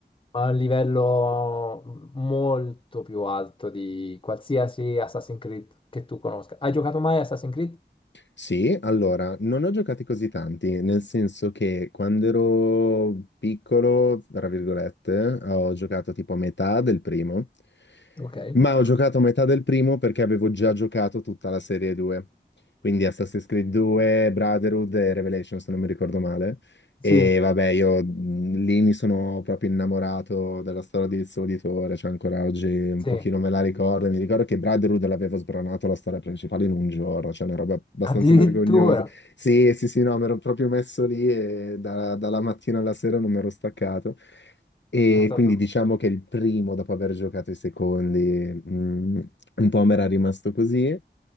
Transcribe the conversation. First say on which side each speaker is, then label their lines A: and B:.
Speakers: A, on the left; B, on the left.
A: Ha un livello molto più alto di qualsiasi Assassin's Creed che tu conosca. Hai giocato mai a Assassin's Creed?
B: Sì, allora, non ne ho giocati così tanti, nel senso che quando ero piccolo, tra virgolette, ho giocato tipo a metà del primo,
A: Ok.
B: ma ho giocato a metà del primo perché avevo già giocato tutta la serie 2, quindi Assassin's Creed 2, Brotherhood e Revelations, se non mi ricordo male.
A: Sì,
B: E vabbè, io mh, lì mi sono proprio innamorato della storia di Lizzo Uditore, cioè ancora oggi un
A: sì.
B: pochino me la ricordo. Mi ricordo che Brotherhood l'avevo sbranato la storia principale in un giorno, cioè una roba abbastanza
A: Addirittura.
B: vergognosa. Sì, sì, sì, no, mi ero proprio messo lì e da- dalla mattina alla sera non mi ero staccato. E
A: Pensa
B: quindi
A: tu.
B: diciamo che il primo, dopo aver giocato i secondi, mh, un po' mi era rimasto così.